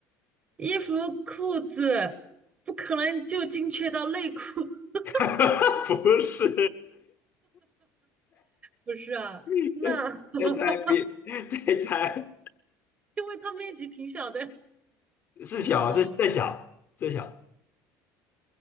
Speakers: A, on the right; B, on the left.
A: 衣服、裤子不可能就精确到内裤，<laughs>
B: <laughs> 不是，
A: 不是啊？
B: <laughs>
A: 那 <laughs>
B: 再猜别再猜
A: 因为它面积挺小的，
B: 是小，
A: 呃，
B: 这是再小再小。